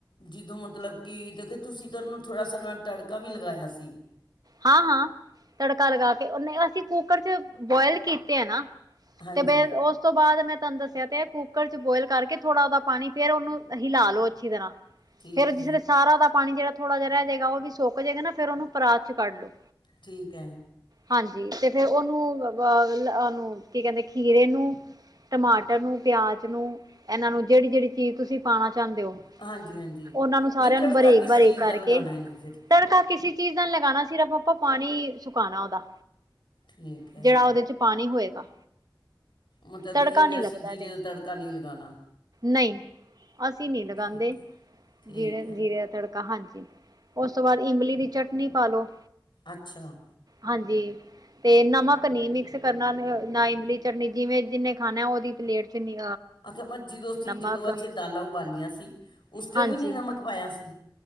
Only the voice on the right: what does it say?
ਹਾਂ ਹਾਂ ਤੜਕਾ ਲਗਾ ਕੇ ਉਹਨੇ ਅਸੀਂ ਕੁੱਕਰ ਚ ਬੋਇਲ ਕੀਤੇ ਆ ਨਾ
ਤੇ ਬੇ ਉਸ ਉਸ ਤੋਂ ਬਾਅਦ ਮੈਂ ਤੁਹਾਨੂੰ ਦੱਸਿਆ ਤੇ ਕੁੱਕਰ ਚ ਬੋਇਲ ਕਰਕੇ ਥੋੜਾ ਉਹਦਾ ਪਾਣੀ ਫੇਰ ਉਹਨੂੰ ਹਿਲਾ ਲੋ ਅੱਛੀ ਤਰ੍ਹਾਂ।
ਫੇਰ
ਜਿਸ ਤਰਾਂ ਸਾਰਾ ਦਾ ਪਾਣੀ ਜਿਹੜਾ ਥੋੜ੍ਹਾ ਜਿਹਾ ਰਹਿ ਜਾਏਗਾ ਉਹ ਵੀ ਸੁੱਕ ਜਾਏਗਾ ਨਾ ਫ਼ਿਰ ਉਹਨੂੰ ਪਰਾਤ ਚ ਕੱਢ ਲੋ।
ਹਾਂਜੀ, ਤੇ ਫੇਰ ਉਹਨੂੰ ਅ ਉਹਨੂੰ ਕੀ ਕਹਿੰਦੇ ਖੀਰੇ ਨੂੰ ਟਮਾਟਰ ਨੂੰ ਪਿਆਜ ਨੂੰ ਇਹਨਾਂ ਨੂੰ ਜਿਹੜੀ ਜਿਹੜੀ ਚੀਜ਼ ਤੁਸੀਂ ਪਾਣਾ ਚਾਹਦੇ ਹੋ।
ਉਹਨਾਂ ਨੂੰ ਸਾਰਿਆਂ
ਨੂੰ ਬਰੀਕ
ਬਰੀਕ
ਕਰਕੇ
ਤੜਕਾ ਕਿਸੀ ਚੀਜ਼ ਨਾਲ ਲਗਾਣਾ ਸਿਰਫ ਆਪਾਂ ਪਾਣੀ ਸੁਕਾਉਣਾ ਉਹਦਾ
ਜਿਹੜਾ ਉਹਦੇ ਚ ਪਾਣੀ ਹੋਏਗਾ।
ਤੜਕਾ
ਨੀ
ਲੱਗਦਾ
ਇਹਦੇ
ਨਹੀਂ ਅਸੀਂ ਨ ਲਗਾਉਦੇ
ਜੀਰੇ
ਜੀਰੇ ਦਾ ਤੜਕਾ ਹਾਂਜੀ ਉਸ ਤੋਂ ਬਾਅਦ ਇਮਲੀ ਦੀ ਚਟਨੀ ਪਾ ਲਉ
ਹਾਂਜੀ ਤੇ ਨਮਕ ਨੀ ਮਿਕਸ ਕਰਨਾ ਨਾ ਇਮਲੀ ਚਟਨੀ ਜਿਵੇਂ ਜਿਨੇ ਖਾਣਾ ਉਹਦੀ ਪਲੇਟ ਚ ਨੀ
ਨਮਕ
ਹਾਂਜੀ